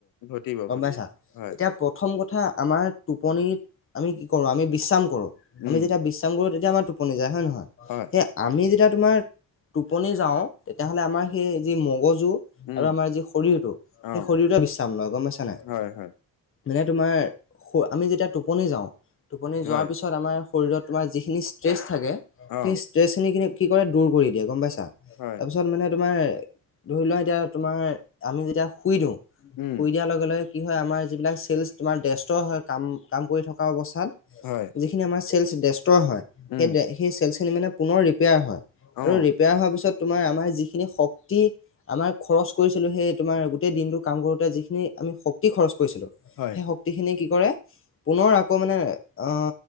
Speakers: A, on the left; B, on the left.
A: ঘটিব
B: গম
A: ঘটিব
B: পাইছা?
A: হয়,
B: এতিয়া প্ৰথম কথা আমাৰ টোপনিত আমি কি কৰো আমি বিশ্ৰাম কৰো,
A: উম,
B: আমি যেতিয়া বিশ্ৰাম কৰো তেতিয়া আমাৰ টো টোপনি যায় হয় নহয়,
A: হয়,
B: সেই আমি যেতিয়া তোমাৰ টোপনি যাওঁ তেতিয়াহ'লে আমাৰ সেই যি মগজু
A: উম,
B: আৰু আমাৰ যি শৰীৰটো।
A: অ',
B: সেই শৰীৰটোয়ে বিশ্ৰাম লয় গম পাইছা নাই?
A: হয়, হয়,
B: মানে তোমাৰ আমি যেতিয়া টোপনি যাওঁ, টোপনি যোৱাৰ
A: হয়,
B: পিছত আমাৰ শৰীৰত তোমাৰ যিখিনি ষ্ট্ৰেছ থাকে সেই
A: অ',
B: ষ্ট্ৰেছ খিনি কিনি কৰে দূৰ কৰি দিয়ে। গম পাইছা? তাৰপিছত
A: হয়,
B: মানে তোমাৰ ধৰি লোৱা এতিয়া তোমাৰ আমি যেতিয়া শুই দিওঁ,
A: উম,
B: শুই দিয়াৰ লগে লগে কি হয় আমাৰ যিবিলাক চেলচ তোমাৰ ব্যস্ত হয় কাম কাম কৰি থকা অৱস্থাত।
A: হয়,
B: যিখিনি আমাৰ চেলচ ডেষ্ট্ৰ হয়,
A: উম,
B: সেই সেই চেলচ খিনি মানে পুনৰ ৰিপেয়াৰ হয়।
A: অ'।
B: আৰু ৰিপেয়াৰ হোৱাৰ পিছত তোমাৰ আমাৰ যিখিনি শক্তি। আমাৰ খৰচ কৰিছিলো সেই তোমাৰ গোটেই দিনটো কাম কৰোতে যিখিনি আমি শক্তি খৰচ কৰিছিলো।
A: হয়,
B: সেই শক্তিখিনি কি কৰে। পুনৰ আকৌ মানে অ'